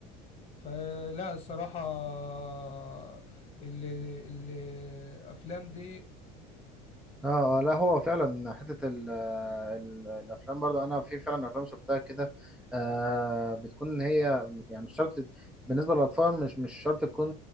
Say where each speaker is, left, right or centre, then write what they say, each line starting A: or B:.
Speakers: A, on the left; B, in the centre.
A: فلا الصراحة آه، ال- ال- الافلام دي
B: اه آه، لا هو فعلا حتة ال- الافلام برضو انا في فعلا افلام شفتها كده آه بتكون هي يعني مش شرط بالنسبه للاطفال مش مش شرط تكون